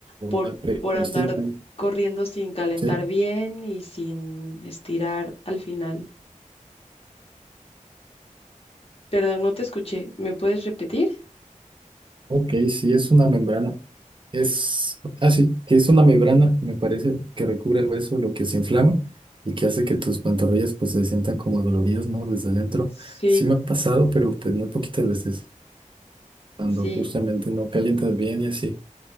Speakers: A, on the left (about 45°); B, on the right (about 40°).
A: por,
B: una periostita.
A: por andar corriendo sin calentar
B: Sí,
A: bien y sin estirar al final. Perdón, no te escuché. ¿Me puedes repetir?
B: ok, sí, es una membrana. Es así, que es una membrana, me parece, que recubre el hueso, lo que se inflama y que hace que tus pantorrillas pues se sientan como doloridas, ¿no? Desde adentro.
A: Sí,
B: Sí me ha pasado, pero pues muy poquitas veces, cuando
A: sí.
B: justamente no calientas bien y así.